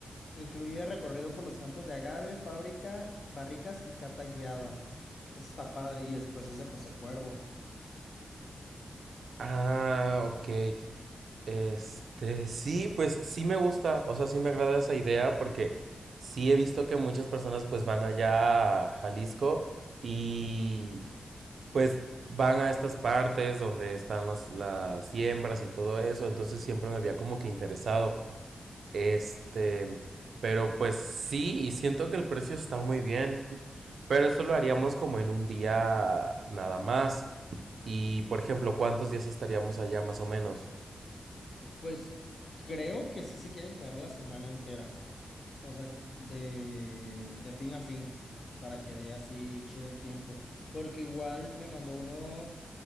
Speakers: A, on the left (about 45°); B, on the right (about 80°).
A: Incluye recorrido por los campos de agave, fábrica, barricas y cata guiada. Eso está padre y es, pues es de José Cuervo.
B: Ah, ok. Este, sí, pues sí me gusta, o sea, sí me agrada esa idea porque sí he visto que muchas personas pues van allá a Jalisco y pues van a estas partes donde están las, las siembras y todo eso, entonces siempre me había como que interesado. Este, pero pues sí, y siento que el precio está muy bien, pero eso lo haríamos como en un día nada más. Y por ejemplo, ¿cuántos días estaríamos allá más o menos?
A: Pues creo que sí se quieren quedar la semana entera. O sea, de, de fin a fin. Para que dé así chido el tiempo. Porque igual me mandó uno